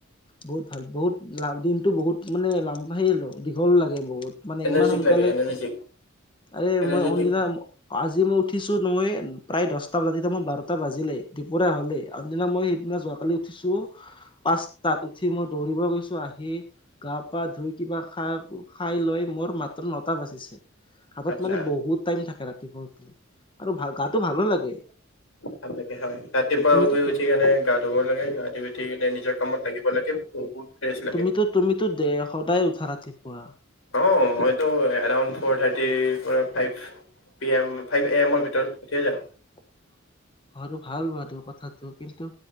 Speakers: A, on the left (about 25°); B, on the left (about 75°).
A: বহুত ভাল বহুত লাভ দিনতটো বহুত মানে লাম দীঘল লাগে বহুত। বহুত মানে
B: এনাৰ্জিক
A: ইমান সোনকালে
B: লাগে এনাৰ্জিক
A: আৰে
B: এনাৰ্জেটিক
A: মই অনদিনা উঠিছোঁ মই প্ৰায় দহটা বজাত। এতিয়া মই বাৰটা বাজিলেই, দপৰীয়া হ'লেই। আন দিনা মই সেইদিনা যোৱাকালি উঠি- উঠিছো পাঁচটাত উঠি মই দৌৰিব গৈছো আহি গা পা ধুই কিবা খাই। খাই লৈ মোৰ মাত্ৰ নটা বাজিছে। হাতত
B: আচ্ছা
A: মানে বহুত টাইম থাকে ৰাতিপুৱা উঠিলে। আৰু গাটো ভালো লাগে।
B: ভালকে হয় ৰাতিপুৱা
A: তুমিতো
B: শুই উঠি কেনে গা ধুব লাগে গা ধুই উঠি কেনে নিজৰ কামত লাগিব লাগে বহুত ফ্ৰেছ লাগে
A: তুমিতো তুমিতো দে সদায় উঠা ৰাতিপুৱা
B: অ মইতো এলাৰ্ম ফ'ৰ থাৰ্টিৰ পৰা five P M five A এমৰ ভিতৰত উঠিয়ে জাও।
A: <inaudible> আৰু ভাল বাৰু কথাটো কিন্তু